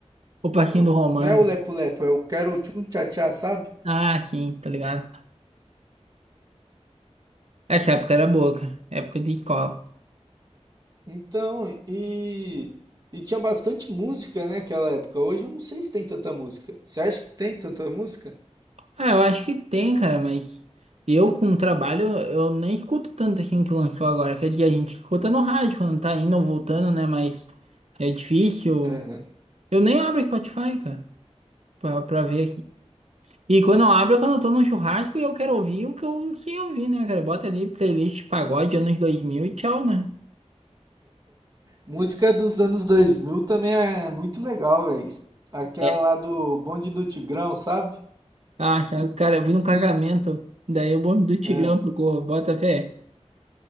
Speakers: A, on the right; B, on the right.
A: o passinho
B: Ó,
A: do Romano.
B: Não é o Lepo Lepo, é o Quero Tchum Tchá Tchá, sabe?
A: Ah, sim, tá ligado? Essa época era boa, cara. Época de escola.
B: Então, e, e tinha bastante música, né, naquela época. Hoje eu não sei se tem tanta música. Você acha que tem tanta música?
A: Ah, eu acho que tem, cara, mas eu com o trabalho, eu nem escuto tanto assim que lançou agora. Quer dizer, a gente escuta no rádio quando tá indo ou voltando, né? Mas é difícil.
B: Aham.
A: Eu nem abro Spotify, cara, pra, pra ver. E quando eu abro, é quando eu tô num churrasco e eu quero ouvir o que eu que eu ouvir, né, cara? Bota ali playlist pagode anos 2000 e tchau, né?
B: Música dos anos 2000 também é muito legal, velho. Aquela
A: É,
B: lá do Bonde do Tigrão, sabe?
A: Ah, já- cara, eu fui num casamento, daí o bonde do Tigrão
B: É.
A: tocou, bota fé.